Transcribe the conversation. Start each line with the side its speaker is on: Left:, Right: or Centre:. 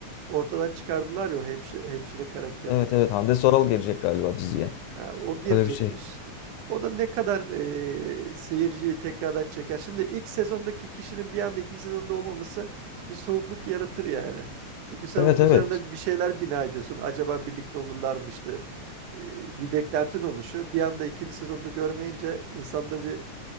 Right: ortadan çıkardılar ya o hemşire, hemşire karakterini.
Left: Evet evet Hande Soral gelecek galiba diziye.
Right: Ha, o girecekmiş.
Left: Öyle bir şey.
Right: O da ne kadar e, seyirciyi tekrardan çeker. Şimdi ilk sezondaki kişinin bir anda ikinci sezonda olmaması bir soğukluk yaratır yani. Çünkü sen
Left: Evet
Right: onun üzerine
Left: evet.
Right: bir şeyler bina ediyorsun. Acaba birlikte olurlarmıştı. E, bir beklentin oluşuyor. Bir anda ikinci sezonda görmeyince insanda bir